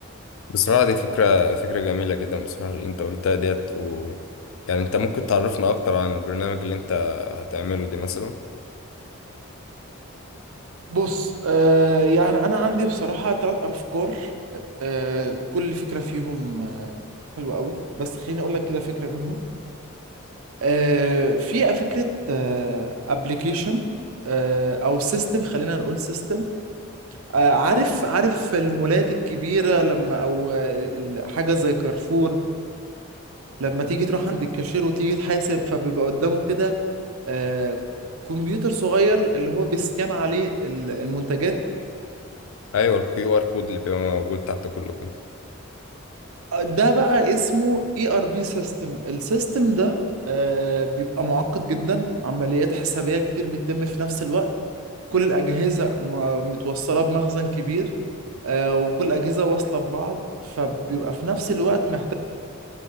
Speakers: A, on the left (about 70°); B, on the right (about 80°).
A: بصراحه دي فكره فكره جميله جدا بصراحه اللي انت قلتها ديت و... يعني انت ممكن تعرفنا اكتر عن البرنامج اللي انت هتعمله دي مثلا
B: بص آه يعني أنا عندي بصراحة ثلاث أفكار آه كل فكرة فيهم آه حلوة قوي بس خليني أقول لك كده فكرة منهم آه في فكرة أبلكيشن آه أبليكيشن آه أو سيستم خلينا نقول سيستم آه عارف عارف المولات الكبيرة لما أو آه، ال- حاجة زي كارفور لما تيجي تروح عند الكاشير وتيجي تحاسب فبيبقى قدامه كده آه كمبيوتر صغير اللي هو بيسكان عليه ال- المنتجات
A: ايوه الكيو ار كود اللي بيبقى موجود تحت كل كنت
B: ده بقى اسمه اي ار بي سيستم السيستم ده آه، بيبقى معقد جدا عمليات حسابية كتير بتتم في نفس الوقت كل الأجهزة م- متوصلة بمخزن كبير آه، وكل أجهزة واصلة ببعض فبيبقى في نفس الوقت محتاج